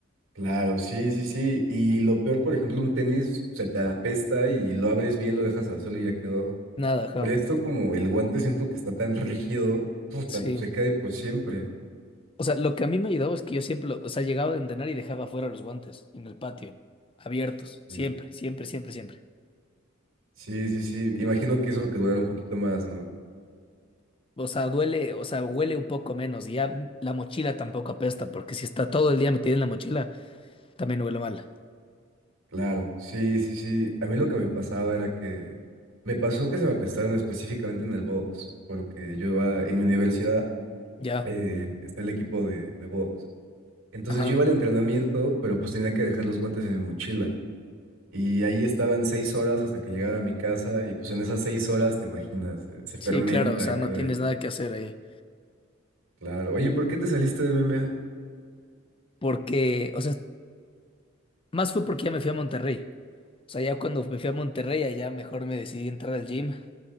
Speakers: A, on the right; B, on the left.
A: Claro, sí, sí, sí, y lo peor, por ejemplo, un tenis se te apesta y lo abres bien, lo dejas al suelo y ya quedó.
B: nada, ajá,
A: Pero esto como el guante siento que está tan rígido, puta,
B: sí.
A: pues se cae por siempre.
B: O sea, lo que a mí me ayudaba es que yo siempre, lo- o sea, llegaba de entrenar y dejaba fuera los guantes, en el patio, abiertos,
A: Sí,
B: siempre, siempre, siempre, siempre.
A: sí, sí, sí. Imagino que eso que durara un poquito más, ¿no?
B: O sea, duele, o sea, huele un poco menos, y ya la mochila tampoco apesta, porque si está todo el día metida en la mochila, también huele mal.
A: Claro, sí, sí, sí. A mí lo que me pasaba era que me pasó que se me apestaron específicamente en el box, porque yo iba en mi universidad,
B: Ya,
A: eh, está el equipo de, de box. Entonces
B: ajá,
A: yo iba al entrenamiento, pero pues tenía que dejar los guantes en mi mochila. Y ahí estaban seis horas hasta que llegaba a mi casa, y pues en esas seis horas, te imaginas, se, se fermenta,
B: sí, claro, o sea,
A: queda
B: no tienes
A: ahí.
B: nada que hacer ahí.
A: Claro. Oye, ¿por qué te saliste de MMA?
B: Porque, o sea, Más fue porque ya me fui a Monterrey. O sea, ya cuando me fui a Monterrey, allá mejor me decidí a entrar al gym.